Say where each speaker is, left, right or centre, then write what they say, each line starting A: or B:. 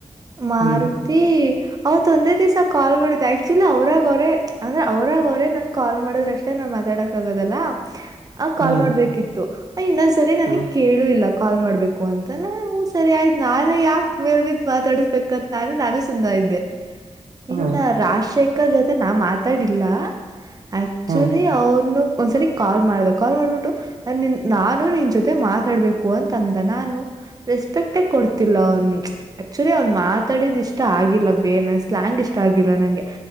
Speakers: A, on the right; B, on the right.
A: ಹ್ಮ್
B: ಮಾರುತಿ ಅವತ್ ಒಂದೇ ದಿವ್ಸ ಕಾಲ್ ಮಾಡಿದ್ದ ಆಕ್ಚುಲಿ ಅವ್ರಾಗ ಅವರೇ ಅಂದ್ರೆ ಅವ್ರಾಗ ಅವ್ರೇ ನಂಗ ಕಾಲ್ ಮಾಡೋದ್ರಷ್ಟೇ ನಾವು ಮಾತಾಡಕ್ ಆಗೋದಲ್ಲ ಆ ಕಾಲ್
A: ಹ್ಮ್
B: ಮಾಡ್ಬೇಕಿತ್ತು ಇನ್ನ್ ಸರಿ ನನ
A: ಹ್ಮ್
B: ಕೇಳ ಹೇಳು ಇಲ್ಲ ಕಾಲ್ ಮಾಡ್ಬೇಕು ಅಂತ ನಾನು ಸರಿ ಆಯ್ತು ನಾನೇ ಯಾಕ ಮೇಲ್ ಬಿದ್ದ ಮಾತಾಡಿಸಬೇಕ ನಾನು ನಾನು ಸುಮ್ಮನ ಆಗಿದ್ದೆ
A: ಹ್ಮ್
B: ಇನ್ನ ರಾಜಶೇಖರ್ ಜೊತೆ ನಾ ಮಾತಾಡಿಲ್ಲ ಆಕ್ಚುಲಿ
A: ಹ್ಮ್
B: ಅವನು ಒಂದ ಸರಿ ಕಾಲ್ ಮಾಡ್ದ ಕಾಲ್ ಮಾಡ್ಬಿಟ್ಟು ನಾನ್ ನಿನ್ ನಾನು ನಿನ್ ಜೊತೆ ಮಾತಾಡ್ಬೇಕು ಅಂತ ಅಂದ ನಾನು ರೆಸ್ಪೆಕ್ಟೇ ಕೊಡ್ತಿಲ್ಲ ಅವನ ಆಕ್ಚುಲಿ ಅವ್ನ್ ಮಾತಾಡಿದ್ ಇಷ್ಟ ಆಗಿಲ್ಲ ಬೇ ನನಗೆ ಸ್ಲಯಾಂಗ್ ಇಷ್ಟ ಆಗಿಲ್ಲ ನಂಗೆ